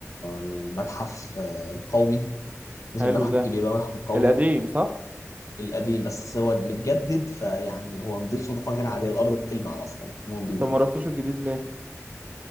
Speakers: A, on the left; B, on the right.
A: المتحف آه، القومي مش
B: حلو
A: المتحف
B: ده
A: الكبير بقى المتحف القومي
B: القديم صح
A: القديم بس هو متجدد فيعني هو نظيف نظافة غير عادية الأرض بتلمع أصلا هو نظيف
B: انت ما
A: يعني
B: رحتوش الجديد ليه